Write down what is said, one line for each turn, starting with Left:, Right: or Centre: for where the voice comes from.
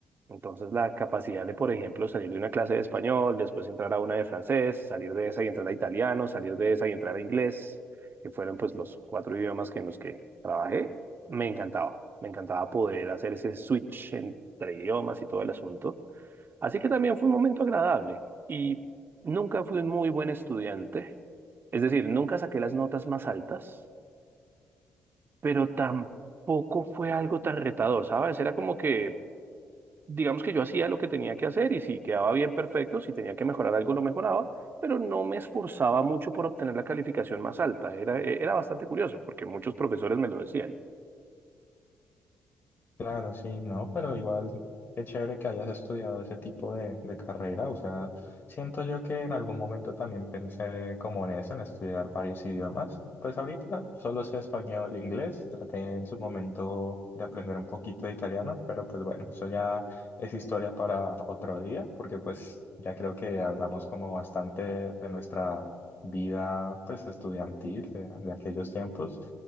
Right: Entonces, la capacidad de, por ejemplo, salir de una clase de español, después entrar a una de francés, salir de esa y entrar a italiano, salir de esa y entrar a inglés, que fueron pues los cuatro idiomas que en los que trabajé, me encantaba. Me encantaba poder hacer ese switch entre idiomas y todo el asunto. Así que también fue un momento agradable y nunca fui un muy buen estudiante. Es decir, nunca saqué las notas más altas pero tampoco fue algo tan retador, ¿sabes? Era como que, digamos que yo hacía lo que tenía que hacer y si quedaba bien perfecto, si tenía que mejorar algo, lo mejoraba, pero no me esforzaba mucho por obtener la calificación más alta. Era, e- era bastante curioso porque muchos profesores me lo decían.
Left: Claro, sí, no, pero igual qué chévere que hayas estudiado ese tipo de, de carrera. O sea, siento yo que en algún momento también pensé como en eso, en estudiar varios idiomas. Pues ahorita solo sé español e inglés. Traté en su momento de aprender un poquito de italiano, pero pues bueno, eso ya es historia para otro día, porque pues ya creo que hablamos como bastante de nuestra vida pues estudiantil de de aquellos tiempos.